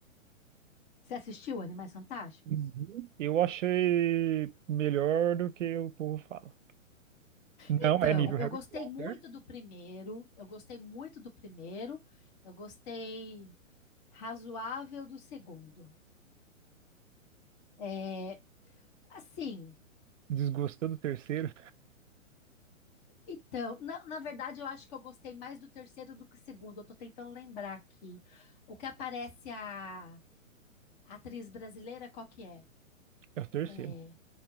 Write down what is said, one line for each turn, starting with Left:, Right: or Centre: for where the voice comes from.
Left: Você assistiu Animais Fantásticos?
Right: Uhum. Eu achei melhor do que o povo fala. Não
Left: Então,
Right: é nível Harry
Left: eu gostei
Right: Potter.
Left: muito do primeiro. Eu gostei muito do primeiro. Eu gostei razoável do segundo. É, assim,
Right: Desgostou do terceiro?
Left: então, na, na verdade, eu acho que eu gostei mais do terceiro do que o segundo. Eu tô tentando lembrar aqui. O que aparece a, a atriz brasileira, qual que é?
Right: É o terceiro.
Left: É,